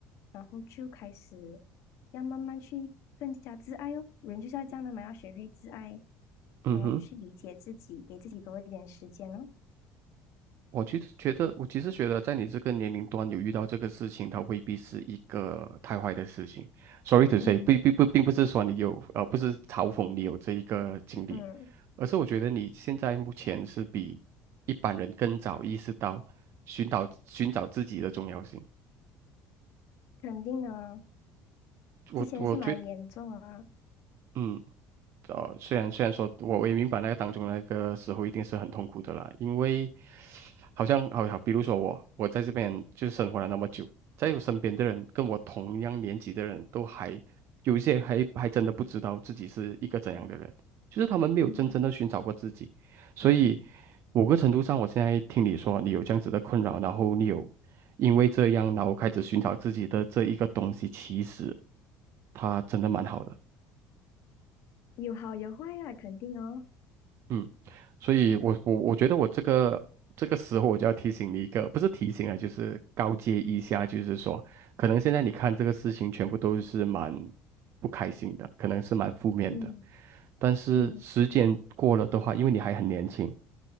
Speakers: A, on the left; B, on the right.
A: 然后就开始要慢慢去更加自爱哦。人就是要这样的嘛，要学会自爱，
B: 嗯哼。
A: 然后去理解自己，给自己多一点时间哦。
B: 我其实觉得，我其实觉得，在你这个年龄段有遇到这个事情，它未必是一个太坏的事情。Sorry to say，
A: 嗯
B: 并并不并不是说你有呃，不是嘲讽你有这一个经历，
A: 嗯，
B: 而是我觉得你现在目前是比一般人更早意识到寻找寻找自己的重要性。
A: 肯定啊，
B: 我我觉
A: 之前是蛮严重啊，
B: 嗯。呃，虽然虽然说我我也明白那个当中那个时候一定是很痛苦的啦，因为好像好好，比如说我我在这边就是生活了那么久，在我身边的人跟我同样年纪的人都还有一些还还真的不知道自己是一个怎样的人，就是他们没有真正的寻找过自己，
A: 嗯，
B: 所以某个程度上，我现在听你说你有这样子的困扰，然后你有因为这样，然后开始寻找自己的这一个东西，其实它真的蛮好的。
A: 有好有坏啊，肯定哦。
B: 嗯，所以我我我觉得我这个这个时候我就要提醒你一个，不是提醒啊，就是告诫一下，就是说，可能现在你看这个事情全部都是蛮不开心的，可能是蛮负面的，
A: 嗯
B: 但是时间过了的话，
A: 嗯
B: 因为你还很年轻，